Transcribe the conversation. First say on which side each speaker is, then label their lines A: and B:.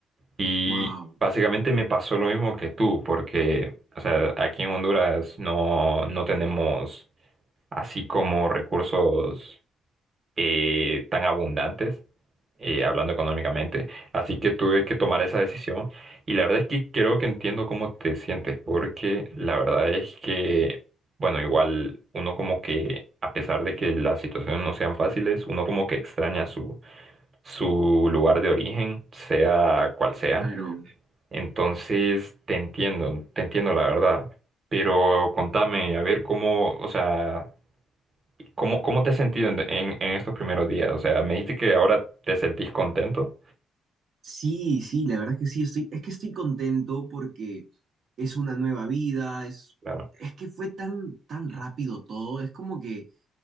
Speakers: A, on the right (about 40°); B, on the right (about 60°).
A: Y
B: wow,
A: básicamente me pasó lo mismo que tú, porque, o sea, aquí en Honduras no, no tenemos así como recursos eh, tan abundantes y hablando económicamente. Así que tuve que tomar esa decisión y la verdad es que creo que entiendo cómo te sientes, porque la verdad es que, bueno, igual uno como que, a pesar de que las situaciones no sean fáciles, uno como que extraña su, su lugar de origen, sea cual sea.
B: claro,
A: Entonces, te entiendo, te entiendo la verdad. Pero contame, a ver cómo, o sea, cómo, cómo te has sentido en, en en estos primeros días. O sea, me dijiste que ahora te sentís contento.
B: sí, sí, la verdad es que sí, estoy, es que estoy contento porque es una nueva vida, es,
A: Claro.
B: es que fue tan, tan rápido todo, es como que